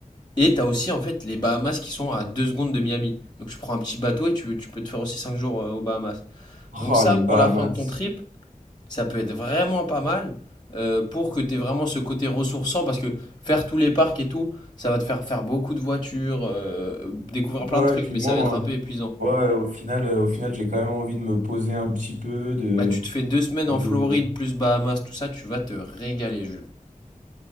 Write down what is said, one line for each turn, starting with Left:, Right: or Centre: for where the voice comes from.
Left: Et t'as aussi en fait les Bahamas qui sont à 2 secondes de Miami. Donc tu prends un petit bateau et tu, tu peux te faire aussi 5 jours euh, aux Bahamas.
Right: Ah
Left: Donc ça,
Right: les Bahamas.
Left: pour la fin de ton trip, ça peut être vraiment pas mal euh, pour que tu aies vraiment ce côté ressourçant parce que faire tous les parcs et tout, ça va te faire faire beaucoup de voitures, euh, découvrir
Right: Ouais,
Left: plein de trucs,
Right: et puis
Left: mais
Right: moi,
Left: ça va être un peu épuisant.
Right: euh, ouais, au final, euh, au final, j'ai quand même envie de me poser un petit peu, de,
Left: Bah, tu te fais deux semaines
Right: de-
Left: en Floride plus Bahamas, tout ça, tu vas te régaler, Jules.